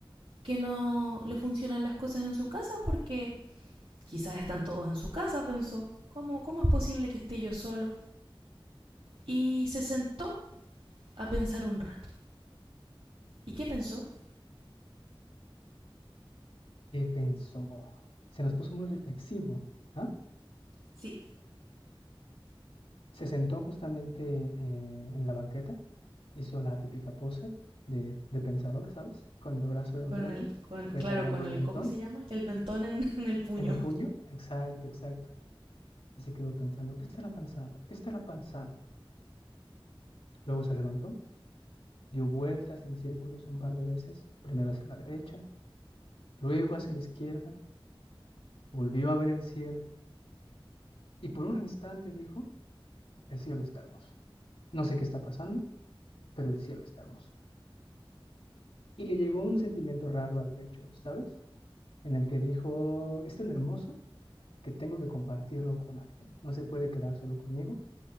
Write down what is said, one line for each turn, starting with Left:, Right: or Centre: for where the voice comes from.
Right: que no le funcionan las cosas en su casa porque quizás están todos en su casa, pensó. ¿Cómo, cómo es posible que esté yo solo? Y se sentó a pensar un rato. ¿Y qué pensó?
Left: ¿Qué pensó? Se nos puso muy reflexivo, ¿ah?
Right: Sí,
Left: Se sentó justamente eh, en la banqueta, hizo la típica pose de, de pensador, ¿sabes? Con el brazo enfrente,
Right: Con el, con,
Left: recargando
Right: claro, con
Left: el
Right: el,
Left: mentón
Right: ¿cómo se llama? El mentón en, <laughs> en el puño.
Left: en el puño. Exacto, exacto. Y se quedó pensando, ¿qué estará pensando? ¿Qué estará pensando? Luego se levantó, dio vueltas en círculos un par de veces, primero hacia la derecha, luego hacia la izquierda, volvió a ver el cielo y por un instante dijo, el cielo está hermoso. No sé qué está pasando, pero el cielo está hermoso. Y le llegó un sentimiento raro al pecho, ¿sabes? en el que dijo, es tan hermoso que tengo que compartirlo con alguien, no se puede quedar solo conmigo,